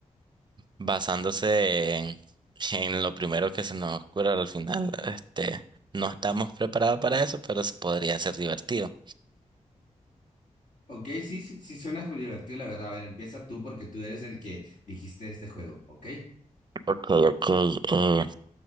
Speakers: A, on the right; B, on the left.
A: Basándose en, en lo primero que se nos ocurre al final, este, no estamos preparados para eso, pero se podría ser divertido.
B: Ok, sí, sí, sí suena muy divertido, la verdad. A ver, empieza tú porque tú eres el que dijiste este juego, ¿ok?
A: Ok, ok. eh,